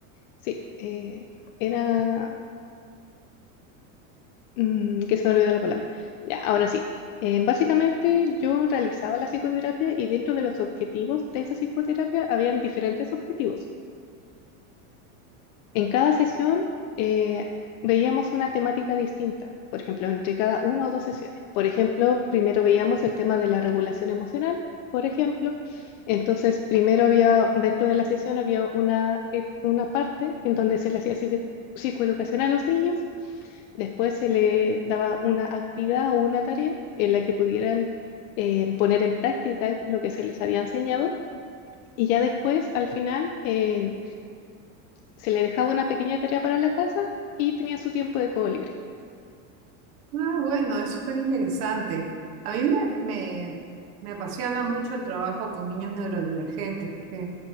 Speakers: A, on the left; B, on the right.
A: sí, eh, era Mm, que se me olvidó la palabra. Ya, ahora sí. Eh, básicamente yo realizaba la psicoterapia y dentro de los objetivos de esa psicoterapia habían diferentes objetivos. En cada sesión eh, veíamos una temática distinta, por ejemplo, entre cada una o dos sesiones. Por ejemplo, primero veíamos el tema de la regulación emocional, por ejemplo. Entonces, primero había, dentro de la sesión había una, eh, una parte en donde se le hacía psicoeducación a los niños, después se le daba una actividad o una tarea en la que pudieran eh, poner en práctica lo que se les había enseñado y ya después, al final, eh, se le dejaba una pequeña tarea para la casa y tenía su tiempo de juego libre.
B: Ah, bueno, es súper interesante. A mí me, me, me apasiona mucho el trabajo con niños neurodivergentes porque